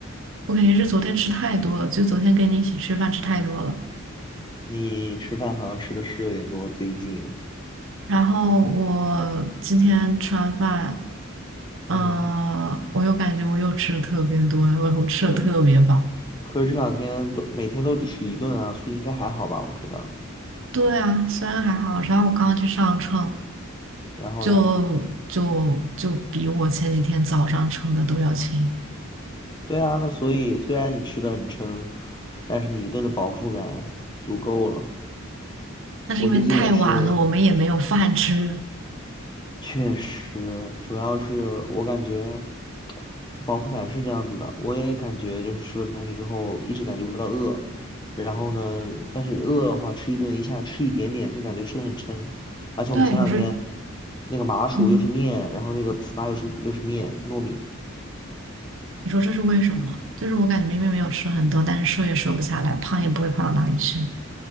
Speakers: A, on the right; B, on the left.
A: 我肯定是昨天吃太多了，就昨天跟你一起吃饭吃太多了，
B: 你吃饭好像吃的是有点多，最近，
A: 然后我今天吃完饭，
B: 嗯，
A: 嗯、
B: 嗯，
A: 我又感觉我又吃的特别多，我我吃的特别饱。
B: 可可是这两天都每天都只吃一顿啊，所以应该还好吧？我觉得。
A: 对啊，虽然还好，然后我刚刚去上称，
B: 然后嘞，
A: 就就就比我前几天早上称的都要轻。
B: 对啊，那所以虽然你吃的很撑，但是你一顿的饱腹感足够了。
A: 那是因为太晚了，
B: 我最近也是，
A: 我们也没有饭吃。
B: 确实，主要是我感觉这饱腹感是这样子的，我也感觉就是吃了东西之后一直感觉不到饿，然后呢，但是饿的话吃一顿一下吃一点点就感觉吃的很撑，而且我们前两天
A: 对，你说这，
B: 那个麻薯又是面，
A: 嗯，
B: 然后那个糍粑又是又是面糯米。
A: 你说这是为什么？就是我感觉明明没有吃很多，但是瘦也瘦不下来，胖也不会胖到哪里去。